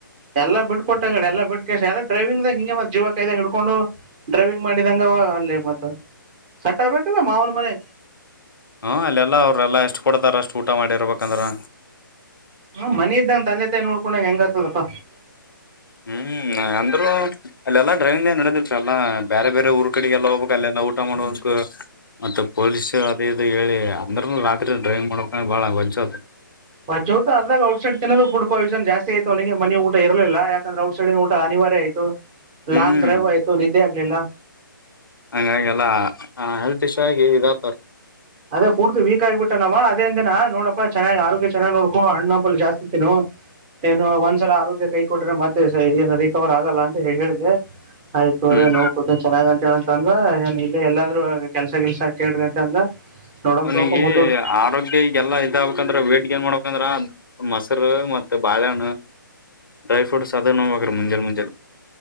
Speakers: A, on the right; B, on the left.
A: ಎಲ್ಲ ಬಿಟ್ಕೊಟ್ಟಗಡೆ ಎಲ್ಲ ಬಿಟ್ಕ ಅ ಡೈವಿಂಗದಾಗ ಹಿಂಗೆ ಮತ್ತ ಜೀವ ಕಾಯ್ದಾಗ ಹ ಇಡ್ಕೊಂಡು ಡ್ರೈವಿಂಗ್ ಮಾಡಿದಂಗ ಅಲ್ಲಿ ಮತ್ತ ಸಟ್ ಆಗ್ಬೇಕಲ್ಲ ಮಾವನ ಮನೆ.
B: ಹಾ ಅಲ್ಲೆಲ್ಲಾ ಅವ್ರೆಲ್ಲಾ ಎಷ್ಟು ಕೊಡ್ತಾರ ಅಷ್ಟು ಊಟ ಮಾಡಿರ್ಬೇಕಂದ್ರ.
A: ಹ್ಮ ಮಿ ಇದ್ದಂಗ ತಂದ ತಾಯ ನೋಡ್ಕೊಂಡಂಗ ಹೆಂಗ. ಹಪ್ಪ.
B: ಹ್ಮ್ ಅಂದ್ರರು ಅಲ್ಲೆಲ್ಲ. ಡ್ರೈವಿಂಗ್ ನಡದಲ್ಲ ಬೇರೆ ಬೇರೆ ಊರ್ ಕಡೆಗೆಲ್ಲ ಹೋಗ್ಬೇಕಕ್ ಅಲ್ಲಿಂದ ಊಟ ಮಾಡಬೇಕಕ್ ಮತ್ತ ಪೊಲೀಸ ಅದ ಇದು ಹೇಳಿ ಅಂದ್ರ ರಾತ್ರಿ ಡ್ರೈವಿಂಗ್ ಮಾಡ್ಕ ಬಾಳ ಗಂಚತ್
A: ಮಜತ ಅದಾಗ ಟಟ್ ಸೈಡ್ ತಿುಡ್ಯಸನ್ ಜಾಸ್ತಿ ಆಯತು ಅವನಿಗೆ ಮ ಊ ಇರಲಿಲ್ಲ ಯಾಕಂದ್ರೆ ಔಟ್ ಸೈಡ್ ಊಟ ಅನಿವಾರ್ಯ ಆಯತು
B: ಹ್ಮ್
A: ಲಾಂಗ್ ಡ್ರೈವ್ ಆಯ್ತು ನಿದ್ದೆ ಆಗ್ಲಿಲ್ಲ.
B: ಹಂಗಾಗಿ ಎಲ್ಲ ಹೆಲ್ತ್ ಇಶ್ಯೂ ಆಗಿ ಇದ ಆತವಾರ.
A: ಅದೇ ಪೂರ್ತಿ ವೀಕ್ ಆಗಿ ಬಿಟ್ಟ ನಾಮ ಅ ಅಜನ. ನೋಡಪ್ಪ ಚೆನ್ನಾಗಿ ಆರೋಗ್ಯ ಚೆನ್ನ ನೋಕು ಹಣ್ಣ. ಫುಲ್ ಜಾಸ್ತಿ ತಿನ್ನು ಏನು ಒಂದ್ ಒಂದ್ಸಲ ಆರೋಗ್ಯ ಕೈ ಕೊಟ್ರೆ ಮತ್ತೆ ಏನು ರಿಕವರ್ ಆಗಲ್ಲ ಅಂತ ಹೇಳಿದ್ದೆ. ಆಯ್ತು
B: ಹ್ಮ್
A: ರೀ ನೋಡ್ಕೋತಿನ್ ಚೆನ್ನಾಗೆ ವ ಅಂತ ಅಂದ್ರ ಏನ್ ಇಲ್ಲಿ ಎಲ್ಲಾದ್ರೂ ಕೆಲ್ಸ ಗಿಲ್ಸ ಕೇಳ್ರಿ ಅಂತ ಅಂದ ನೋಡಮ್
B: ಅವನಿಗೆ
A: ತೋಕೊ ಮುತ್ತೋಡ್
B: ಆರೋಗ್ಯ ಈಗೆಲ್ಲಾ ಇದಾಗಬೇಕಂದ್ರ ವೇಟ್ ಗೇನ್ ಮಾಡ್ಬೇಕಂದ್ರ. ಮೊಸರು ಮತ್ತೆ ಬಾಳೆಹಣ್ಣ ಡ್ರೈ ಫ್ರೂಟ್ಸ್ ಅದ ನೋಬೇಕ್ರೀ ಮುಂಜಾನೆ ಮುಂಜೆ.